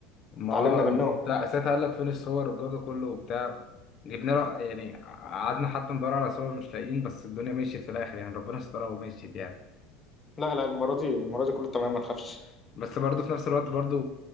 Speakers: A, on the left; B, on the left.
A: ما
B: اتعلمنا
A: هو
B: منهم
A: لا ساعتها قال لك فين الصور والجو ده كله وبتاع جبنا له يعني قعدنا حتى ندور على صور مش لاقيين بس الدنيا مشيت في الآخر يعني ربنا سترها ومشيت يعني
B: لا لا المره دي المره دي كله تمام ما تخافش
A: بس برضه في نفس الوقت برضه